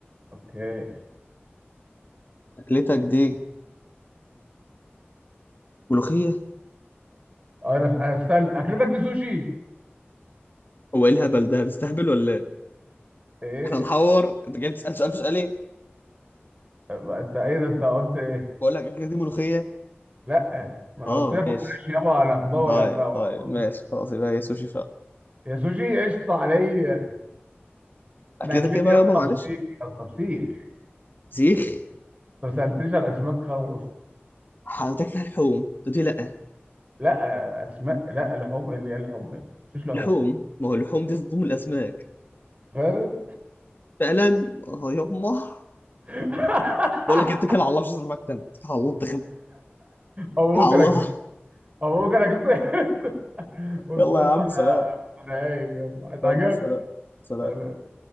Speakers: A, on the right (about 30°); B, on the left (about 50°).
A: اوكي
B: أكلتك دي ملوخية
A: اه انا انا استنى اكلتك دي سوشي
B: هو إيه الهبل ده هتستهبل ولا إيه؟
A: ايه
B: احنا هنحور انت جاي بتسال سؤال في سؤال ايه
A: بقى انت ايه ده انت قلت ايه
B: بقول لك اكلتي ملوخيه
A: لا ما انا
B: آه
A: قلت لك ما
B: ماشي
A: فيهاش يابا ولا خضار ولا
B: طيب
A: فا- ولا
B: طيب ماشي
A: رز
B: خلاص يبقى هي سوشي فعلا
A: يا سوشي قشطه عليا
B: اكلتك
A: انا اكلتي
B: ايه بقى
A: يا
B: يابا
A: اسطى
B: معلش
A: فسيخ يا اسطى فسيخ
B: سيخ
A: انت ما سالتنيش على اسماك خالص
B: حضرتك فيها لحوم تقولي لأ
A: لا اسماء لا لحوم ايه اللي هي لحوم ايه ما قلتش لحوم
B: لحوم ما هو اللحوم دي تضم الاسماك
A: فاهم
B: فعلا اه يما
A: <laughs>
B: بقول لك اتكل على الله مش هسمعك تاني اتكل على الله اتكل
A: او ممكن
B: على الله
A: اكسب او ممكن اكسب <laughs> بص
B: يلا
A: يا
B: يا
A: اسطى
B: عم سلام
A: انا أنا قايم يلا عايز
B: يلا
A: حاجه
B: سلام سلام
A: سلام